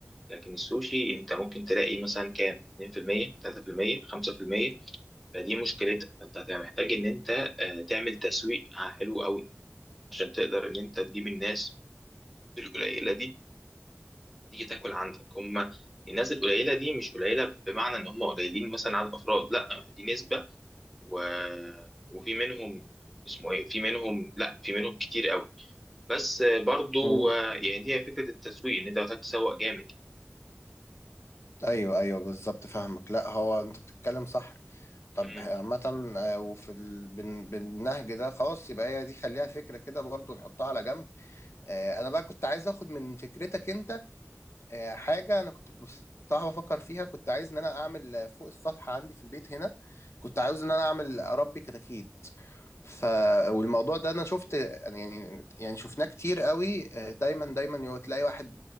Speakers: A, in the centre; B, on the left.
A: لكن السوشي أنت ممكن تلاقي مثلا كام 2% 3% 5% فدي مشكلتها فأنت هتبقى محتاج إن أنت آه، تعمل تسويق حلو أوي عشان تقدر إن أنت تجيب الناس القليلة دي تيجي تاكل عندك هما الناس القليلة دي مش قليلة بمعنى إن هم قليلين مثلا على الأفراد لأ دي نسبة و... وفي منهم اسمه ايه في منهم لا في منهم كتير قوي بس آه، برضو
B: مم.
A: آه، يعني هي فكره التسويق ان انت محتاج تسوق جامد
B: ايوه ايوه بالظبط فاهمك لا هو انت بتتكلم صح طب
A: مم.
B: عامة آه، وفي ال... بال... بالنهج ده خلاص يبقى هي دي خليها فكرة كده برضو نحطها على جنب آه، انا بقى كنت عايز اخد من فكرتك انت آه، حاجة أنا كنت بصراحة بفكر فيها كنت عايز إن أنا أعمل آه، فوق السطح عندي في البيت هنا كنت عاوز إن أنا أعمل أربي كتاكيت ف والموضوع ده أنا شفت يعني يعني يعني شفناه كتير قوي آه، دايما دايما يو- تلاقي واحد